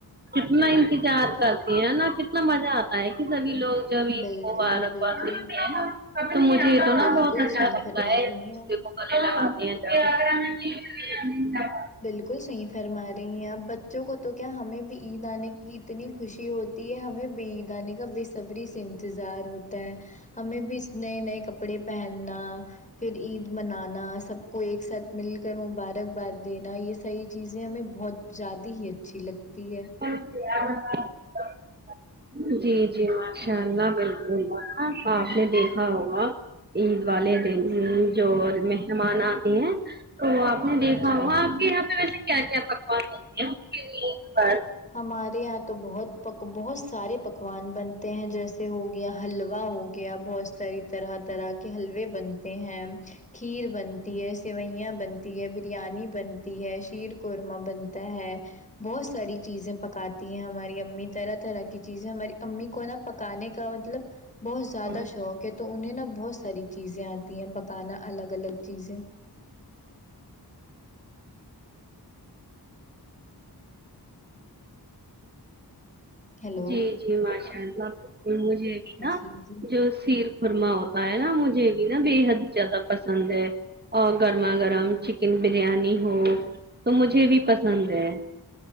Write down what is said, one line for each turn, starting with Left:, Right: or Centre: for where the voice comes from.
Right: کتنا انتجار کرتے ہیں نا کتنا مزہ آتا ہے کہ سبھی لوگ جب عید
Left: بالکل
Right: مبارکباد
Left: بالکل
Right: دیتے ہیں تو مجھے یہ تو
Left: بالکل
Right: نا بہت اچھا
Left: صحیح
Right: لگتا
Left: فرما
Right: ہے ایک
Left: رہی ہیں آپ
Right: دوسرے کو <unintelligible>
Left: بالکل صحیح فرما رہی ہیں آپ بچوں کو تو کیا ہمیں بھی عید آنے کی اتنی خوشی ہو‌ت ہمیں بھی عید آنے کا بے صبری سے انتظار ہوتا ہے ہمیں بھی نئے نئے کپڑے پہنا پھر عید منانا سب کو ایک ساتھ مل کر مبارک بعد دینا یہ ساری چیزیں ہمیں بہت زیادی ہی اچھی لگتی ہے
Right: <inaudible> جی جی ماشاء اللہ بالکل آپ نے دیکھا ہوگا عید والے دن جو مہمان آتے ہیں تو آپ میں دیکھا
Left: جی
Right: ہوں
Left: جی
Right: آپ کے یہاں پہ ویسے کیا کیا پکوان پکتے ہیں ان کے لیے پر
Left: ہمارے یہاں تو بہت بہت سارے پکوان بنتے ہیں جیسے ہو گیا حلوا ہو گیا بہت ساری طرح طرح کے حلوے بنتے ہیں کھیر بنتی ہے سیوئیاں بنتی ہے بریانی بنتی ہے شیر قورمہ بنتا ہے بہت ساری چیزیں پکاتی ہیں ہماری امی طرح طرح کی چیزیں ہماری امی کو نا پکانے کا مطلب بہت زیادہ
Right: بس
Left: شوق ہے تو انہیں نا بہت ساری چیزیں آتی ہیں پکانا الگ الگ چیزیں ہیلو
Right: جی جی ماشاء اللہ بالکل مجھے بھی
Left: جی
Right: نہ
Left: جی
Right: جو سیر خرما ہوتا ہے نا مجھے بھی نا بے حد زیادہ پسند ہے اور گرما گرم چکن بریانی ہو تو مجھے بھی پسند ہے